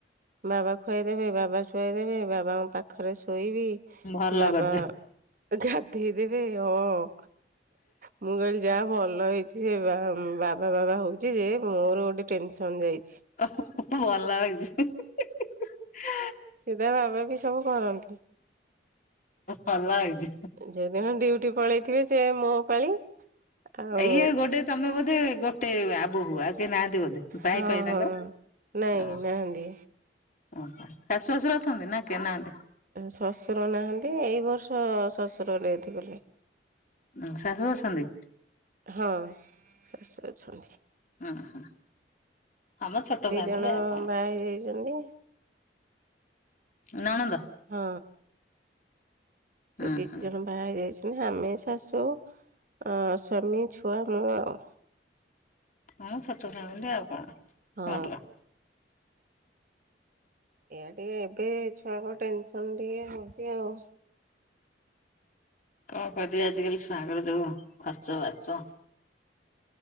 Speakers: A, on the right; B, on the left.
A: ବାବା ଖୁଆଇଦେବେ ବାବା ଶୁଆଇଦେବେ ବାବାଙ୍କ ପାଖରେ ଶୋଇ ହୁଁ
B: ଭଲ
A: ବାବା
B: କରିଛ।
A: <inaudible> ଦେଇଦେବେ ହଁ ମୁଁ କହିଲି ଯା ଭଲ ଭଲ ହେଇଛି ସେ ବାବା ବାବା ହୋଉଛି ଯେ ମୋର ଗୋଟେ ଟେନସନ ଯାଇ
B: ଓ ଭଲ ହେଇଛି। <inaudible>
A: ସିଧା ବାବା ଵି ସବୁ କରନ୍ତି। <inaudible>
B: ଭଲ ହେଇଛି
A: ଯୋଉ ଦିନ ଡ୍ୟୁଟି ପଳେଇଥିବେ ସେ ମୋ ପାଳି ଆଉ
B: ଏଇଏ ଗୋଟେ ତମେ ବୋଧେ ଗୋଟେ ଆବହୁୁଆ ନାନ୍ତିି ବୋଧେ ପାଇଁ
A: ହଁ
B: ପାଇଁ ତାଙ୍କର
A: ହଁ
B: <inaudible>
A: ନାଇଁ
B: ଓହୋ
A: ନାହାନ୍ତି
B: ଶାଶୁ ଶଶୁର ଅଛନ୍ତି ନା କେ ନାହାନ୍ତି?
A: ଶ୍ୱଶୁର ନାହାନ୍ତି ଏଇ ବର୍ଷ ଶ୍ୱଶୁର ରେର୍ଥ କଲେ।
B: ଉ ଶାଶୁ ଅଛନ୍ତି?
A: ହଁ ଶାଶୁ ଅଛନ୍ତି।
B: ଅହଁ। ଆମ ଛୋଟ
A: ଦି
B: ଫ୍ୟାମିଲି
A: ଜଣ
B: ଆଉ କଣ।
A: ବାହା ହେଇଯାଇଛନ୍ତି।
B: <inaudible> ନଣନ୍ଦ
A: ହଁ। ସେ
B: ଉଁ
A: ଦି
B: ହୁଁ
A: ଜଣ ବାହା ହେଇଯାଇ ହୁଁ ଆମେ ଶାଶୁ ଆଉ ସ୍ୱାମୀ ଛୁଆ ମୁଁ ଆଉ।
B: ହଁ ଛୋଟ ଫ୍ୟାମିଲି ଆଉ କଣ
A: ହଁ
B: ଭଲ।
A: ଏଆ ଟିକେ ଏବେ ଛୁଆଙ୍କ ଟେନସନ ଟିକେ ହୋଉଛି ଆଉ।
B: କଣ କରିବା ଆଜିିକାଲି ଛୁଆଙ୍କ ଯୋଉ ଖର୍ଚ୍ଚ ବାର୍ଚ